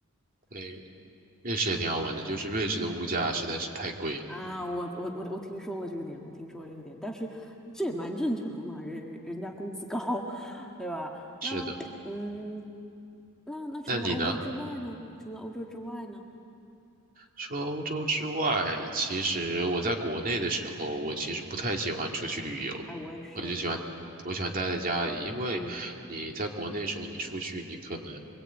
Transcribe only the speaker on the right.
对，瑞士也挺好玩的，就是瑞士的物价实在是太贵了。
是的，
那你呢？
除了欧洲之外，其实我在国内的时候，我其实不太喜欢出去旅游，
我就喜欢我喜欢待在家里，因为你在国内的时候，
你出去，你可能